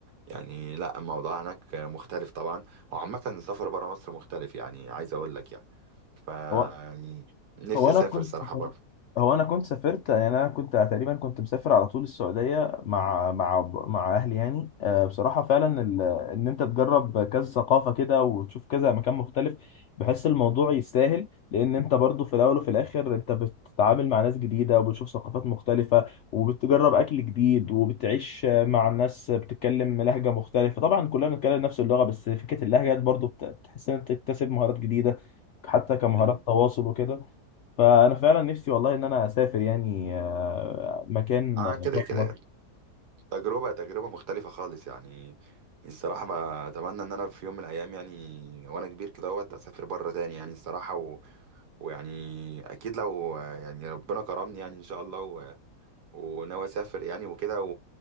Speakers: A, on the right; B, on the left.
A: يعني لا الموضوع هناك مختلف طبعا وعامه السفر بره مصر مختلف يعني عايز اقول لك يعني ف يعني
B: ايه؟
A: نفسي
B: هو
A: اسافر
B: انا كنت
A: صراحه بره
B: هو انا كنت سافرت يعني انا كنت تقريبا كنت مسافر على طول السعوديه مع مع مع اهلي يعني آه، بصراحه فعلا ال- ان انت تجرب كذا ثقافه كده وتشوف كذا مكان مختلف بحس الموضوع يستاهل لان انت برضو في الاول وفي الاخر انت بتتعامل مع ناس جديده وبتشوف ثقافات مختلفه وبتجرب اكل جديد وبتعيش مع ناس بتتكلم لهجه مختلفه طبعا كلنا بنتكلم نفس اللغه بس فكره اللهجه برضو بت- بتحس ان انت تكتسب مهارات جديده حتى كمهارات
A: امم
B: تواصل وكده فانا فعلا نفسي والله ان انا اسافر يعني آه، مكان
A: اه كده
B: بره
A: كده
B: مصر
A: يعني. تجربة تجربة مختلفة خالص يعني الصراحة ما أتمنى إن أنا في يوم من الأيام يعني وأنا كبير كده وقت أسافر بره تاني يعني الصراحة و... ويعني أكيد لو يعني ربنا كرمني يعني إن شاء الله و... وناوي أسافر يعني وكده و...